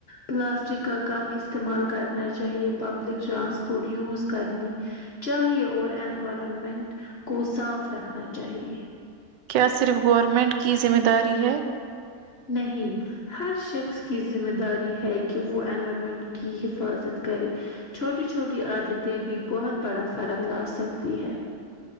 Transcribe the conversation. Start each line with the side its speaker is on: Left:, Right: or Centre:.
Left: پلاسٹک کا کم استعمال کرنا چاہیے پبلک ٹرانسپورٹ یوز کرنی چاہیے اور انوائرمنٹ کو صاف رکھنا چاہیے
Right: کیا صرف گورنمنٹ کی ذمہ داری ہے
Left: نہیں ہر شخص کی ذمہ داری ہے کہ وہ انوائرمنٹ کی حفاظت کرے چھوٹی چھوٹی عادتیں بھی بہت بڑا فرق لا سکتی ہے